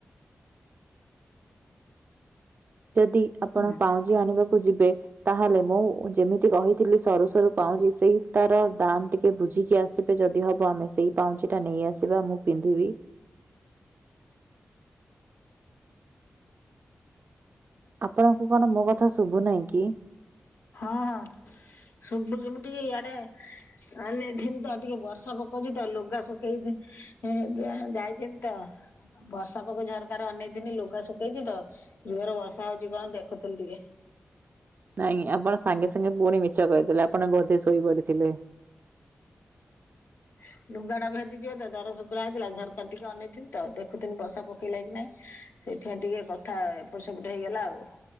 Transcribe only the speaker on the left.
ହଁ।
ହଁ ହଁ ଶୁଭୁଛି ମୁଁ ଟିକେ ଇଆଡେ। ଆନେଇ ଥିିନି ତ ଟିକେ ବର୍ଷା ପକଉଛି ତ ଲୁଗା ଶୁଖେଇ ଚି ଏଁ ଯା ଯାଇଥିନି ତ। ଅଁ ବର୍ଷା ପକଉଛି ଝରକାରୁ ଅନେଇ ଥିନି‌ ଲୁଗା ଶୁଖେଇଛି ତ ଜୋରେ ବର୍ଷା ହଉଛି କି କଣ ଦେଖୁଥିଲି ଟିକେ।
ହଁ। ଲୁଗା ଟା ଭେଦିଯିବ ତ ଦର ଶୁଖିଲା ହେଇଥିଲା ଝରକାରେ ଟିକେ ଅନେଇଥିଲି ତ ଦେଖୁଥିଲି ବର୍ଷା ପକେଇଲା କିି ନାଇଁ। ସେଇଥି ପାଇଁ ଟିକେ କଥା ଏପଟ ସେପଟ ହେଇଗଲା ଆଉ